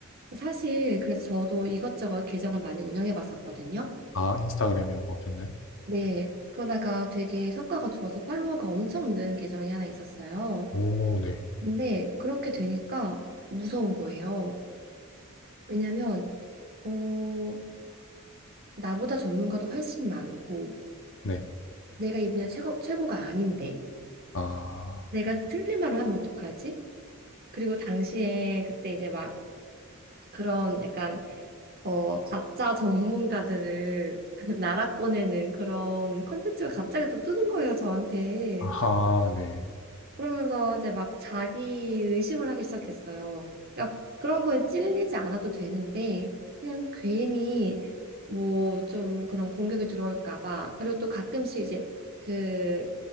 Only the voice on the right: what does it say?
사실 그래서 저도 이것저것 계정을 많이 운영해 봤었거든요.
네. 그러다가 되게 성과가 좋아서 팔로워가 엄청 는 계정이 하나 있었어요.
근데 그렇게 되니까 무서운 거예요. 왜냐면, 어, 나보다 전문가도 훨씬 많고,
내가 이 분야 최고, 최고가 아닌데
내가 틀린 말을 하면 어떡하지? 그리고 당시에 그때 이제 막 그런 약간 어 가짜 전문가들을 <laughs> 나락 보내는 그런 컨텐츠가 갑자기 또 뜨는 거예요 저한테.
그러면서 이제 막 자기 의심을 하기 시작했어요. 야, 그런 거에 찔리지 않아도 되는데, 그냥 괜히 뭐 좀 그런 공격이 들어올까 봐. 그리고 또 가끔씩 이제 그,